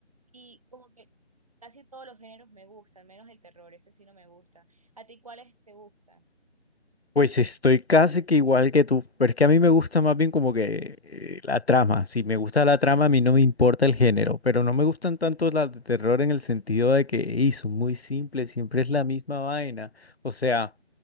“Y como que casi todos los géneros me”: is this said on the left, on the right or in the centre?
Right